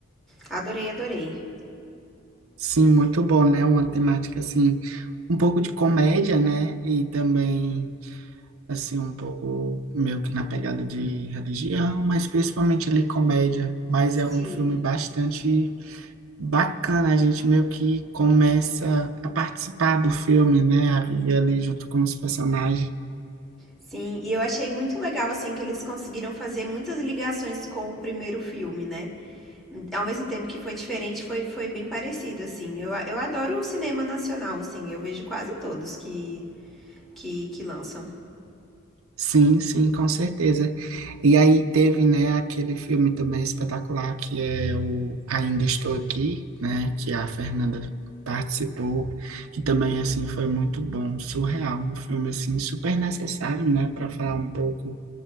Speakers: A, in the centre; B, on the right.
A: Adorei, adorei.
B: Sim, muito bom, né? Uma temática, assim, um pouco de comédia, né? E também, assim, um pouco meio que na pegada de religião, mas principalmente ali comédia. Mas
A: Sim.
B: é um filme bastante bacana, a gente meio que começa a participar do filme, né? A viver ali junto com os personagens.
A: Sim, e eu achei muito legal, assim, que eles conseguiram fazer muitas ligações com o primeiro filme, né? Ao mesmo tempo que foi diferente, foi, foi bem parecido, assim. Eu, eu adoro o cinema nacional, assim. Eu vejo quase todos que, que, que lançam.
B: Sim, sim, com certeza. E aí teve, né, aquele filme também espetacular que é o Ainda Estou Aqui, né, que a Fernanda participou, que também assim foi muito bom, surreal, um filme assim super necessário, né, para falar um pouco